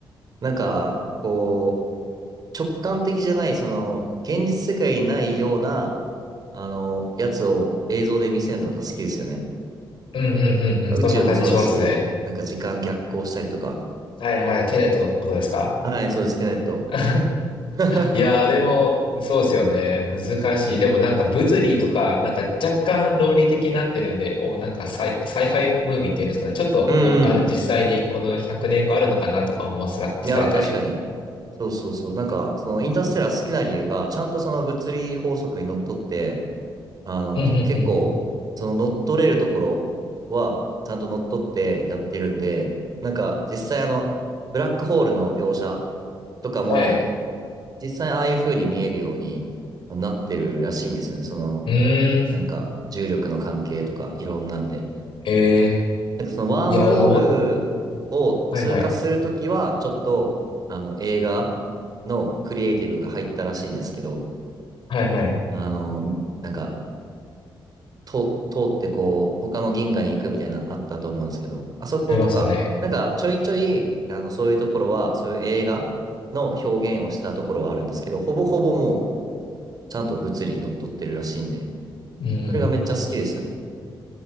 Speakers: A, on the right; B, on the left.
A: なんか、こう、直感的じゃない、その、現実世界にないような、あの、やつを映像で見せるのが好きですよね。
B: うんうんうんうん。
A: 宇宙もそうだし、
B: そんな感じしますね。
A: なんか時間逆行したりとか。
B: はいはい。テネットのことですか
A: はい、そうです、テネット。
B: <laughs>
A: <laughs>
B: いやー、でも、そうですよね。難しい。でもなんか物理とか、なんか若干論理的になってるんで、お、なんかサイ、サイファイムービーっていうんですかね。ちょっと、
A: うんうん。
B: お、ある、実際にこの100年があるのかなとか思わさ、されたり。
A: いやー、確かに。そうそうそう。なんか、そのインターステラー好きな理由が、ちゃんとその物理法則にのっとって、あの、
B: うんうんうん。
A: 結構、その乗っ取れるところは、ちゃんと乗っ取ってやってるんで、なんか、実際あの、ブラックホールの描写とかも、
B: はい。
A: 実際ああいう風に見えるようになってるらしいんですよね。その、
B: うーん。
A: なんか、重力の関係とか、いろんなんで。
B: ええ
A: なんかその、ワームホールを通過するときは、
B: いや、もう、はいはい。
A: ちょっと、あの、映画のクリエイティブが入ったらしいんですけど、
B: はいはい。
A: あの、なんか、と、通ってこう、他の銀河に行くみたいなあったと思うんですけど、あそことか、
B: ありますよね。
A: なんかちょいちょい、あの、そういうところは、そういう映画の表現をしたところはあるんですけど、ほぼほぼもう、ちゃんと物理にのっとってるらしいんで、
B: うん。
A: それがめっちゃ好きでしたね。